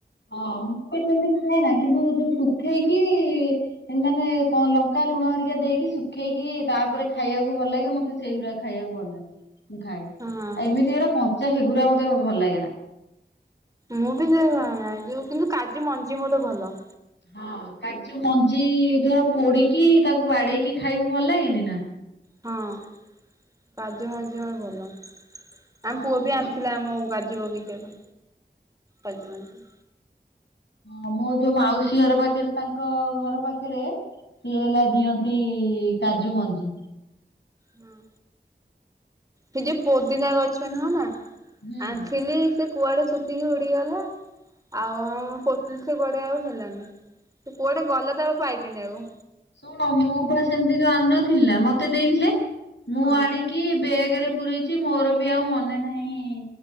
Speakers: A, on the left (about 85°); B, on the right (about 20°).
A: ହଁ ମୁଁ ବି ଯେମତି ଖାଏ ନା କିନ୍ତୁ ଯୋଉ ଶୁଖେଇକି-ଇ-ଇ-ଇ ମାନେ କ ଲଙ୍କା ଲୁଣ ହରିକା ଦେଇକି ଶୁଖେଇକି ତାପରେ ଖାଇବାକୁ ଭଲ ଲାଗେ ମତେ ସେଇଗୁଡା ଖାଇବାକୁ ଭଲ ଲାଗେ ମୁଁ ଖାଏ।
B: ହଁ।
A: ଏମିତି ଏଗୁରା କଞ୍ଚା ହେଗୁରା ମତେ ମ ଭଲ ଲାଗେ ନା।
B: ମୁଁ ବି ସେଇ ଖାଏନା ଯୋଉ କିନ୍ତୁ କାଯୁ ମଞ୍ଜି ମତେ ଭଲ।
A: ହଁ କାଜୁ ମଞ୍ଜି ଧର ପୋଡିକି ତାକୁ ବାଡେଇକି ଖାଇବୁ ଭଲ ଲାଗେନି ନା?
B: ହଁ କାଜୁ ମଞ୍ଜି ମୋତେ ଭଲ।
A: ହଁ
B: ଆମ ପୁଅ ବି ଆଣିଥିଲା ଆମ କାଜୁ ବଗିଚାରୁ କାଜୁମଞ୍ଜି।
A: ହଁ ମୋ ଯୋଉ ମାଉସୀ ଘର ପାଖରେ ତାଙ୍କ ଘର ପାଖରେ ସିଏ ହେଲା ଦିଅନ୍ତ ନ୍ତି କାଜୁ ମଞ୍ଜି।
B: ହଁ ସେ ଯେ ପୋଦିନା ଗଛ ନୁହଁ ନା
A: ହୁଁ
B: ଆଣିଥିଲି ସେ କୁଆଡେ ଶୁଖିକି ଉଡିଗଲା ଆଉ ଆମ ପ ସେ କୁଆଡେ ଆଉ ହେଲାନି, ସେ କୁଆଡେ ଗଲା ତ ପାଇଲିନି ଆଉ।
A: ଶୁଣୁ ମୁଁ ବା ସେମିତି ଯୋଉ ଆନଥିଲିନା ମତେ ଦେଇଥିଲେ, ମୁଁ
B: ହଁ।
A: ଆଣିକି ବେଗରେ ପୁରେଇଚି, ମୋର ବି ଆଉ ମନେ ନାହିଁ-ଇଁ